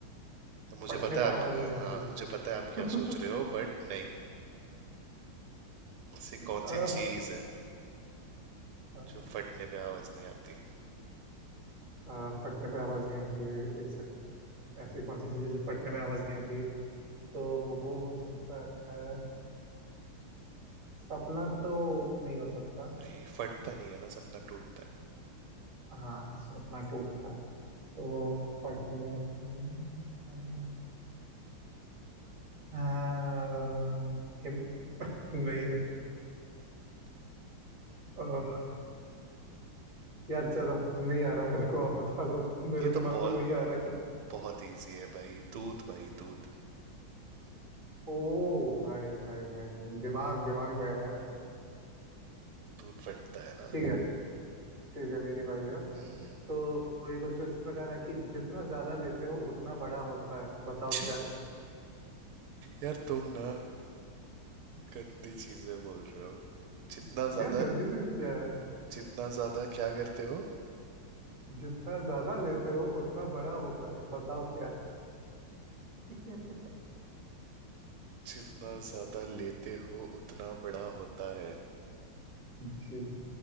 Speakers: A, on the right; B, on the right.
A: मुझे
B: फटने
A: पता है
B: पे
A: आप
B: आवाज नहीं
A: हाँ
B: आती
A: मुझे पता है आप क्या
B: <laughs>
A: सोच रहे हो बट नहीं ऐसी कौन
B: अ,
A: सी चीज़ है
B: अ,
A: जो फटने पे आवाज नहीं आती
B: अ, फटने पे आवाज नहीं आती एक सेकेंड ऐसी कौन सी चीज है जो फटने में आवाज नहीं आती तो वो हो सकता है सपना तो नहीं हो सकता
A: नहीं फटता नहीं है ना सपना टूटता
B: हाँ सपना टूटता है तो फटने में आवाज आ- हाँ, हिम- नहीं नहीं यार चलो नहीं आ रहा मेरे को आप बता दो <laughs> मेरे
A: है ये
B: दिमाग
A: तो बहुत
B: में वही आ रहा है कुछ।
A: बहुत इजी है भाई दूध भाई दूध
B: ओ भाई भाई भाई भाई दिमाग दिमाग लगा यार
A: दूध फटता है ना
B: ठीक है ठीक है मेरी बारी अब
A: हम्म,
B: तो तो ये कुछ इस प्रकार है कि जितना ज्यादा लेते हो उतना बड़ा होता है बताओ
A: छी,
B: क्या
A: यार तुम ना गंदी चीजें बोल रहे हो जितना
B: क्या
A: ज्यादा
B: गंदी चीज क्या है
A: जितना ज्यादा क्या करते हो
B: जितना ज्यादा लेते हो उतना बड़ा होता है बताओ क्या <laughs>
A: जितना ज्यादा लेते हो उतना बड़ा होता है
B: जी